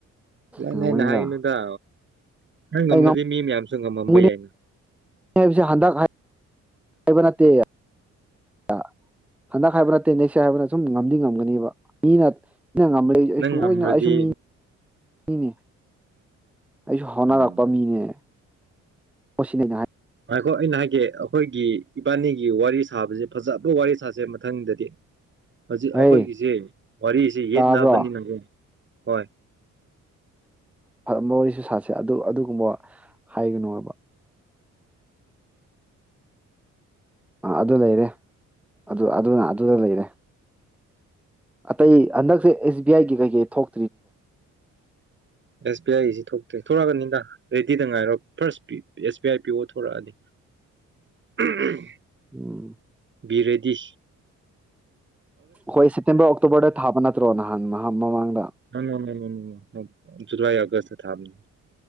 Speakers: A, on the right; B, in the centre.
A: ꯂꯩ
B: ꯉꯝꯒꯅꯤꯗ
A: ꯂꯩ ꯅꯍ ꯏꯅꯗ ꯅꯪ ꯉꯝꯃꯗꯤ
B: ꯑꯩ
A: ꯃꯤ ꯃꯌꯥꯝꯁꯨ ꯉꯝꯃꯝꯕ
B: ꯉꯝꯒꯅꯤ
A: ꯌꯥꯏꯅꯥ꯫
B: ꯍꯥꯏꯕꯁꯦ ꯍꯟꯗꯛ ꯍꯥꯢ ꯍꯥꯏꯕ ꯅꯠꯇꯦ꯫ ꯑꯥ꯫ ꯍꯟꯗꯛ ꯍꯥꯏꯕ ꯅꯠꯇꯦ ꯅꯦꯛꯁ ꯍꯥꯏꯕꯅ ꯁꯨꯝ ꯉꯝꯗꯤ ꯉꯝꯒꯅꯤꯕ ꯃꯤꯅ ꯅꯪ ꯉꯝꯂꯛꯏꯁ ꯑꯩꯁꯨ
A: ꯅꯪ ꯉꯝꯃꯗꯤ
B: ꯑꯣꯏꯅ ꯑꯩꯁꯨ ꯃꯤ ꯏꯅꯦ꯫ ꯑꯩꯖꯨ ꯍꯥꯅꯥꯔꯛꯄ
A: ꯎꯝ
B: ꯃꯤꯅꯦ꯫ ꯑꯣꯁꯤꯅꯦ ꯅꯥꯍꯥꯢ
A: ꯉꯥꯢꯈꯣ ꯑꯩꯅ ꯍꯥꯏꯒꯦ ꯑꯈꯣꯏꯒꯤ ꯏꯕꯥꯟꯅꯤꯒꯤ ꯋꯥꯔꯤ ꯁꯥꯕꯖꯦ ꯐꯖꯕ ꯋꯥꯔꯤ ꯁꯥꯁꯦ ꯃꯊꯪꯗꯗꯤ꯫ ꯍꯣꯖꯤꯛ
B: ꯍꯩ
A: ꯑꯈꯣꯏꯒꯤꯖꯦ ꯋꯥꯔꯤꯁꯤ
B: ꯇꯥꯕ꯭ꯔꯣ
A: ꯌꯦꯠꯅꯕꯅꯤꯅꯪꯅꯦ ꯍꯣꯏ꯫
B: ꯐ ꯃꯋꯥꯔꯤꯁꯨ ꯁꯥꯁꯦ ꯑꯗꯨ ꯑꯗꯨꯒꯨꯝꯕ ꯍꯥꯏꯒꯅꯣꯕ꯫ ꯑꯥ ꯑꯗꯨ ꯂꯩꯔꯦ ꯑꯗꯨ ꯑꯗꯨꯅ ꯑꯗꯨꯗ ꯂꯩꯔꯦ꯫ ꯑꯇꯩ ꯍꯟꯗꯛꯁꯦ ꯑꯦꯁ ꯕꯤ ꯑꯥꯏꯒꯤ ꯀꯩꯀꯩ ꯊꯣꯛ
A: ꯑꯦꯁ ꯕꯤ ꯑꯥꯏꯁꯝ ꯊꯣꯛ ꯆꯦꯛꯊꯣꯔꯛꯒꯅꯤꯗꯥ ꯔꯦꯗꯤꯗ ꯉꯥꯏꯔꯣ first P S B I P ꯑꯣ ꯊꯣꯔꯛꯑꯅꯤ꯫ ꯎꯝꯎꯝ
B: ꯎꯝ
A: ꯕꯤꯔꯦ ꯗꯤ
B: ꯍꯣꯏ ꯁꯦꯞꯇꯦꯝꯕꯔ ꯑꯣꯛꯇꯣꯕꯔꯗ ꯊꯥꯕ ꯅꯠ ꯗꯣ ꯅꯍꯥꯟ ꯃꯍꯥ ꯃꯃꯥꯡꯗ
A: ꯅꯣꯅꯣꯅꯣꯅꯣꯅꯣꯅꯣ ꯅꯣꯠ ꯖꯨꯂꯥꯏ ꯑꯥꯒꯁꯇ ꯊꯥꯕꯅꯦ꯫